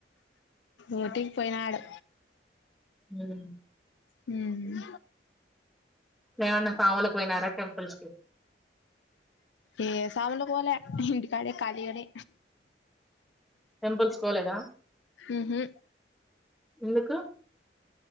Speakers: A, on the left; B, in the centre.
A: ఊటీకి పోయినాడు
B: ఉమ్
A: హ్మ్
B: ఏమన్నా స్వాములుకు పోయినారా టెంపుల్స్ కి
A: ఏ స్వాములకు పోలే ఇంటికాడే ఖాళీగనే
B: టెంపుల్స్ కు పోలేదా
A: మ్హు
B: ఎందుకు